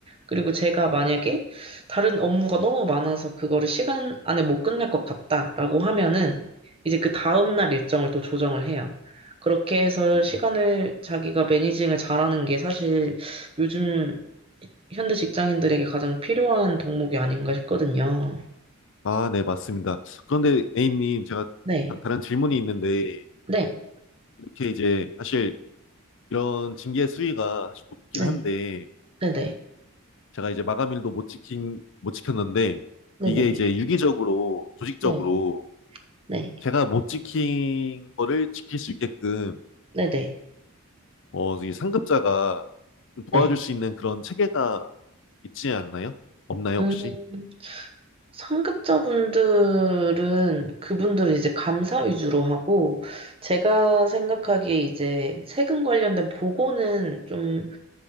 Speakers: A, on the right; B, on the left.
A: 그리고 제가 만약에 다른 업무가 너무 많아서 그거를 시간 안에 못 끝낼 것 같다라고 하면은, 이제 그 다음날 일정을 또 조정을 해요. 그렇게 해서
B: 음.
A: 시간을 자기가 매니징을 잘하는 게 사실 요즘 현대 직장인들에게 가장 필요한 덕목이 아닌가 싶거든요.
B: 아, 네 맞습니다. 그런데 A님 제가
A: 네,
B: 다, 다른 질문이 있는데
A: 네,
B: 이렇게 이제 사실 이런 징계 수위가 사실 높긴
A: 네,
B: 한데
A: 네네,
B: 제가 이제 마감일도 못 지킨, 못 지켰는데,
A: 네네,
B: 이게 이제 유기적으로, 조직적으로,
A: 네, 네,
B: 제가 못 지킨 거를 지킬 수 있게끔,
A: 네네, 네. 네.
B: 어, 이 상급자가 좀 도와줄
A: 네.
B: 수 있는 그런 체계가 있지 않나요? 없나요,
A: 음,
B: 혹시?
A: 상급자분들은 그분들은 이제 감사 위주로 하고 제가 생각하기에 이제 세금 관련된 보고는 좀